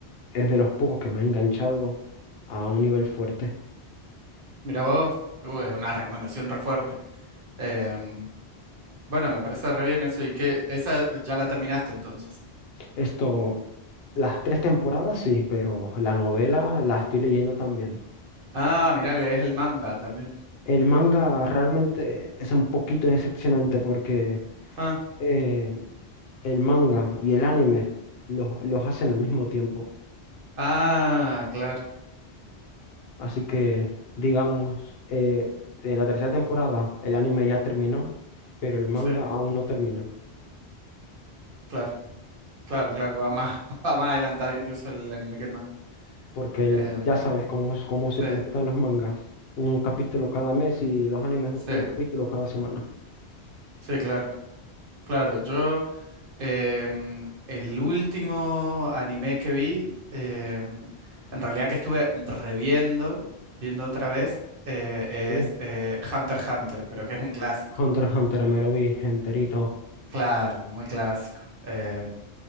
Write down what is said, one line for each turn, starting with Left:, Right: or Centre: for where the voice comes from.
Left: es de los pocos que me ha enganchado a un nivel fuerte.
Right: Mira vos, uh, es una recomendación re fuerte. Em, bueno, me parece re bien eso. ¿Y que ¿Esa ya la terminaste entonces?
Left: Esto, las tres temporadas sí, pero la novela la estoy leyendo también.
Right: Ah, mira, lees el manga también.
Left: El manga realmente es un poquito decepcionante porque
Right: Ah,
Left: eh, el manga y el anime los, los hacen al mismo tiempo.
Right: ah, claro,
Left: Así que, digamos, eh, en la tercera temporada el anime ya terminó, pero el manga
Right: sí,
Left: aún no termina,
Right: claro, claro, claro, va más, <laughs> va más adelantado incluso el anime que el manga.
Left: porque el-
Right: Em,
Left: ya sabes cómo, es- cómo
Right: sí,
Left: se publican los mangas, un capítulo cada mes y los animes
Right: sí,
Left: un capítulo cada semana.
Right: sí, claro, claro. Yo, em, el último anime que vi, em, en realidad que estuve reviendo, viendo otra vez, eh, es
Left: Sí.
Right: eh, Hunter x Hunter, pero que es un clásico.
Left: Hunter x Hunter me lo vi enterito,
Right: Claro, muy clásico. Em,